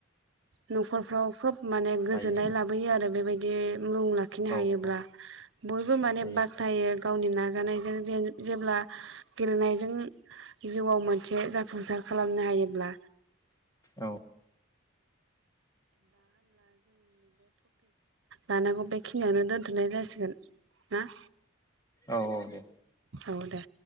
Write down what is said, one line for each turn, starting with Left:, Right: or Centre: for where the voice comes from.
Right: न'खरफ्राव खोब माने गोजोननाय
Left: हायो
Right: लाबोयो आरो बेबायदि मुं लाख खिनो हायोब्ला
Left: औ औ
Right: बयबो माने
Left: हायो
Right: बाख्नायो गावनि नाजानाय जों जेब्ला गेलेनायजों जिउआव मोनसे जाफुंसार खालामनो हायोब्ला
Left: औ
Right: लानांगौ बेखिनियावनो दोनथ'नाय जासिगोन ना?
Left: औ औ दे।
Right: औ दे।